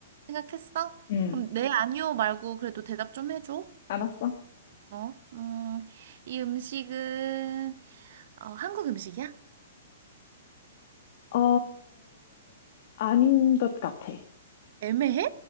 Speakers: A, on the right (about 55°); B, on the left (about 50°).
A: 생각했어?
B: 응,
A: 그럼 네, 아니요 말고 그래도 대답 좀 해줘.
B: 알았어.
A: 어, 음, 이 음식은, 어, 한국 음식이야?
B: 어, 아닌 것 같아.
A: 애매해?